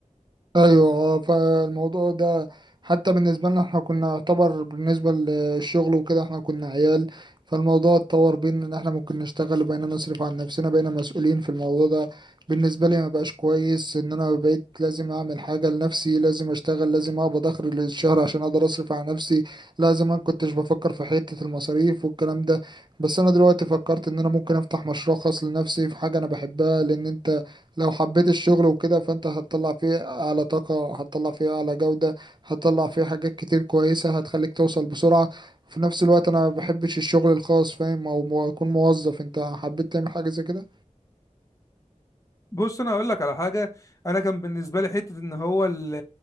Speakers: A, on the right (about 35°); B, on the left (about 25°).
A: ايوه آه، فالموضوع ده حتى بالنسبه لنا احنا كنا يعتبر بالنسبه للشغل وكده احنا كنا عيال فالموضوع اتطور بينا ان احنا ممكن نشتغل وبقينا نصرف عن نفسنا بقينا مسؤولين في الموضوع ده بالنسبه لي ما بقاش كويس ان انا بقيت لازم اعمل حاجه لنفسي لازم اشتغل لازم اقبض اخر الشهر عشان اقدر اصرف على نفسي لا زمان كنتش بفكر في حته المصاريف والكلام ده بس انا دلوقتي فكرت ان انا ممكن افتح مشروع خاص لنفسي في حاجه انا بحبها لان انت لو حبيت الشغل وكده فانت هتطلع فيه اعلى طاقة هتطلع فيه اعلى جودة هتطلع فيه حاجات كتير كويسة هتخليك توصل بسرعة في نفس الوقت انا ما بحبش الشغل الخاص فاهم او مو- اكون موظف انت حبيت تعمل حاجة زي كده
B: بص انا هقول لك على حاجه انا كان بالنسبه لي حته ان هو ال-